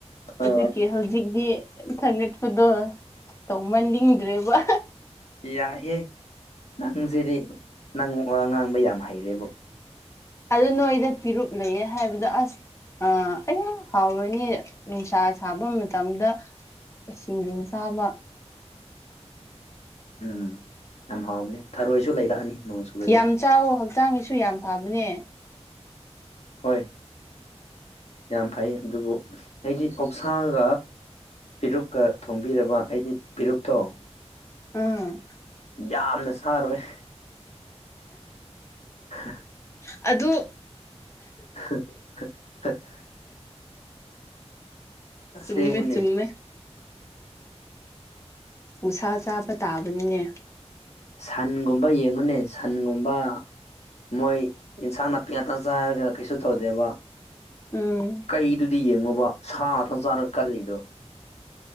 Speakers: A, on the left; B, on the left.
A: ꯑ
B: ꯑꯗꯨꯒꯤ ꯍꯧꯖꯤꯛꯤ ꯊꯥꯒꯠꯄꯗꯣ ꯇꯧꯃꯟꯅꯤꯡꯗ꯭ꯔꯦꯕ
A: ꯌꯥꯍꯦ ꯅꯪꯖꯔꯤꯦ ꯅꯪ ꯉꯥꯡꯕ ꯌꯥꯝ ꯍꯩꯔꯦꯕꯣ
B: ꯑꯗꯨ ꯅꯣꯏꯗ ꯄꯤꯔꯨꯛ ꯂꯩꯌꯦ ꯍꯥꯏꯕꯗꯣ ꯑꯁ ꯑ ꯑꯩ ꯍꯥꯎꯔꯅꯤ ꯅꯨꯡꯁꯥ ꯁꯥꯕ ꯃꯇꯝꯗ ꯁꯤꯡꯗꯨꯕꯨ ꯆꯥꯕ
A: ꯎꯝ ꯌꯥꯝ ꯍꯥꯎꯕꯅꯤ ꯊꯔꯣꯏꯁꯨ ꯂꯩꯔꯛꯑꯅꯤ ꯅꯣꯡ ꯆꯨꯔꯗꯤ
B: ꯌꯥꯝ ꯆꯥꯎꯋ ꯍꯛꯆꯥꯡꯒꯤꯁꯨ ꯌꯥꯝ ꯐꯕꯅꯦ
A: ꯍꯣꯏ ꯌꯥꯝ ꯐꯩ ꯑꯗꯨꯕꯨ ꯑꯩꯗꯤ ꯑꯣꯛꯁꯥꯡꯒ ꯐꯤꯔꯨꯞꯀ ꯊꯣꯡꯕꯤꯔꯕ ꯑꯩꯗꯤ ꯐꯤꯔꯨꯞꯇꯣ
B: ꯎꯝ
A: ꯌꯥꯝꯅ ꯁꯥꯔꯣꯏ <inaudible>
B: ꯑ ꯑꯗꯨ
A: <inaudible>
B: ꯆꯨꯝꯃꯦ
A: ꯁꯦ ꯃꯅꯦ
B: ꯆꯨꯝꯃꯦ ꯎꯁꯥ ꯆꯥꯕ ꯇꯥꯕꯅꯤꯅꯦ
A: ꯁꯟꯒꯨꯝꯕ ꯌꯦꯡꯉꯨꯅꯦ ꯁꯟꯒꯨꯝꯕ ꯃꯣꯏ ꯏꯟꯁꯥꯡ ꯅꯥꯄꯤ ꯉꯥꯛꯇꯥꯡ ꯆꯥ ꯍꯥꯏꯔꯒꯅ ꯀꯩꯁꯨ ꯇꯧꯗꯦꯕ
B: ꯎꯝ
A: ꯀꯩꯗꯨꯗꯤ ꯌꯦꯡꯉꯨꯕ ꯁꯥ ꯉꯇꯪ ꯆꯥꯔꯒ ꯀꯜꯂꯤꯗꯣ